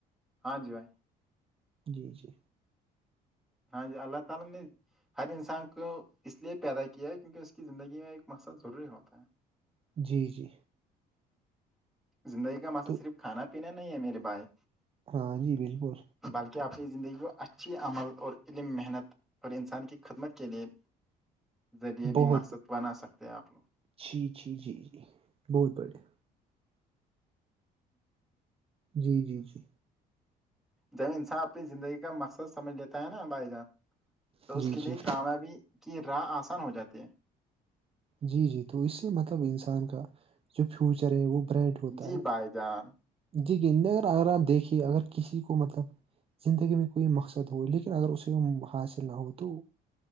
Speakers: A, in the centre; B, on the right (about 35°).
A: ہاں جی بھائی
B: جی جی
A: ہاں جی اللہ تعالی نے ہر انسان کو اس لیے پیدا کیا ہے کیونکہ اس کی زندگی میں ایک مقصد ضروری ہوتا ہے
B: جی جی
A: زندگی کا مسصئلہ
B: تو
A: صرف کھانا پینا نہیں ہے میرے بھائی
B: ہاں جی بالکل
A: بلکہ اپنی زندگی کو اچھی عمل اور علم محنت اور انسان کی خدمت کے لیے ذریعے
B: بہت
A: بھی مقصد بنا سکتے ہیں آپ لوگ
B: جی جی جی جی بہت بڑھیا جی جی جی
A: جب انسان اپنی زندگی کا مقصد سمجھ لیتا ہے نا بھائی جان تو
B: جی
A: اس کے لیے
B: جی
A: کامیابی کی راہ آسان ہو جاتی ہے
B: جی جی تو اس سے مطلب انسان کا جو فیوچر ہے وہ برائٹ ہوتا
A: جی
B: ہے
A: بھائی جان
B: جی گینداگر اگر آپ دیکھیے اگر کسی کو مطلب زندگی میں کوئی مقصد ہو لیکن اگر اسے کو حاصل نہ ہو تو